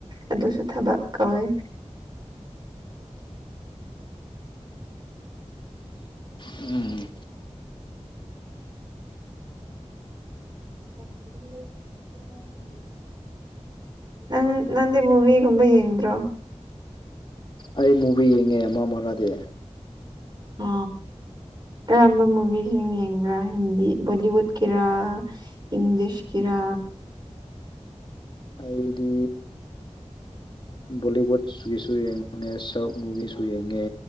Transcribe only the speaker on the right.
ꯑꯗꯨꯁꯨ ꯊꯕꯛ ꯀꯧꯋꯦ
<unintelligible> ꯅꯪ ꯅꯪꯗꯤ ꯃꯨꯕꯤꯒꯨꯝꯕ ꯌꯦꯡꯗ꯭ꯔꯣ
ꯑ ꯀꯔꯝꯕ ꯃꯨꯚꯤꯁꯤꯡ ꯌꯦꯡꯕ꯭ꯔꯥ ꯍꯤꯟꯗꯤ ꯕꯣꯂꯤꯋꯨꯠꯀꯤꯔꯥ ꯏꯪꯂꯤꯁ ꯀꯤꯔ